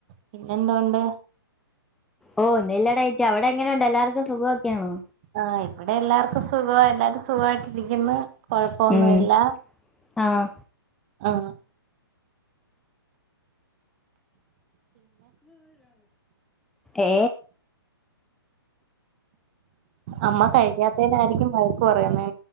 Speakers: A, on the right; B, in the centre.
A: പിന്നെന്തോണ്ട്?
B: ഓ ഒന്നൂല്ലെടെച്ചി അവിടെ എങ്ങനൊണ്ട് എല്ലാവർക്കും സുഖമൊക്കെയാണോ?
A: ആഇവിടെ എല്ലാർക്കും സുഖവാ എല്ലാരും സുഖായിട്ടിരിക്കുന്നു കൊഴപ്പൊന്നും
B: ഉം
A: ഇല്ല
B: ആഹ്
A: ആ
B: ഏ
A: അമ്മ കഴിക്കാത്തേനായിരിക്കും വഴക്ക് പറയുന്നേ